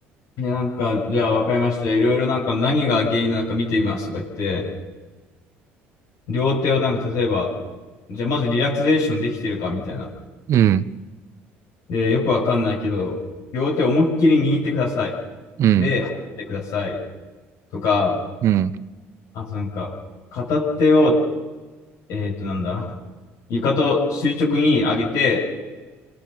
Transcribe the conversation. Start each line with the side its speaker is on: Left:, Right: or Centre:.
Left: で、なんか、じゃあわかりました。じゃあいろいろなんか何が原因なのか見てみますとか言って、両手をなんか例えば、じゃあまずリラクゼーションできてるか、みたいな。
Right: うん、
Left: で、よくわかんないけど、両手思いっきり握ってください。
Right: うん、
Left: で、離してください。とか、
Right: うん、
Left: あとなんか、片手を、えっとなんだ、床と垂直に上げて、